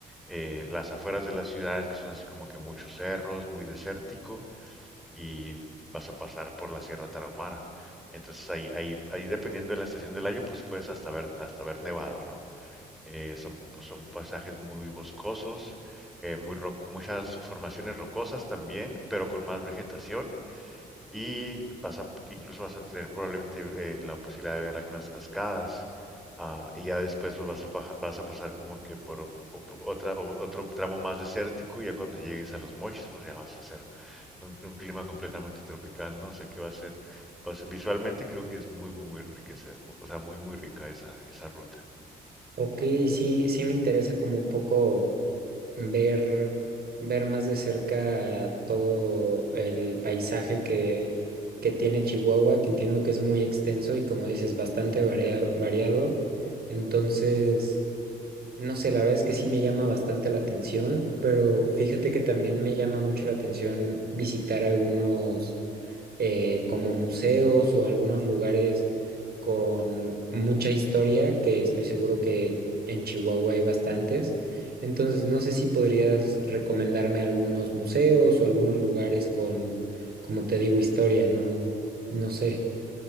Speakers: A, in the centre; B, on the right.
A: eh, las afueras de las ciudades que son así como que muchos cerros, muy desértico y vas a pasar por la Sierra Tarahumara. Entonces ahí, ahí, ahí dependiendo de la estación del año pues puedes hasta ver, hasta ver nevado, ¿no? Eh, son, pues, son paisajes muy boscosos, eh, muy ro- muchas formaciones rocosas también, pero con más vegetación y vas a- incluso vas a tener probablemente eh, la posibilidad de ver algunas cascadas ah, y ya después pues, vas a, paja- vas a pasar como que por o- o- otra, o- otro tramo más desértico y ya cuando llegues a los Mochis pues ya vas a hacer un, un clima completamente tropical, ¿no? O sea que va a ser, pues, visualmente creo que es muy, muy, muy enriquecedor, o sea, muy, muy rica esa, esa ruta.
B: Ok, sí, sí me interesa como un poco ver, ver más de cerca todo el paisaje que, que tiene Chihuahua, que entiendo que es muy extenso y como dices, bastante varia- variado. Entonces, no sé, la verdad es que sí me llama bastante la atención, pero fíjate que también me llama mucho la atención visitar algunos eh, como museos o algunos lugares con mucha historia, que estoy seguro que en Chihuahua hay bastantes. Entonces, no sé si podrías recomendarme algunos museos o algunos lugares con, como te digo, historia, no, no sé.